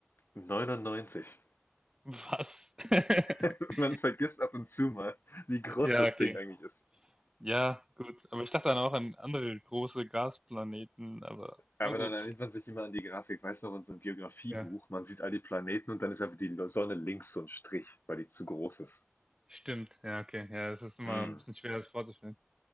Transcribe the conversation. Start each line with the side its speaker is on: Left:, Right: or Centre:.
Left: 99.
Right: Was? <laughs>
Left: <laughs> Man vergisst ab und zu mal, wie groß
Right: Ja,
Left: das
Right: okay.
Left: Ding eigentlich ist.
Right: Ja, gut. Aber ich dachte dann auch an andere große Gasplaneten, aber
Left: Aber
Right: na gut.
Left: dann erinnert man sich immer an die Grafik, weißt du, noch, in so einem Geografiebuch,
Right: Ja,
Left: man sieht all die Planeten und dann ist einfach die Sonne links so ein Strich, weil die zu groß ist.
Right: stimmt. Ja, okay. Ja, es ist immer
Left: Hm.
Right: ein bisschen schwer, das vorzustellen.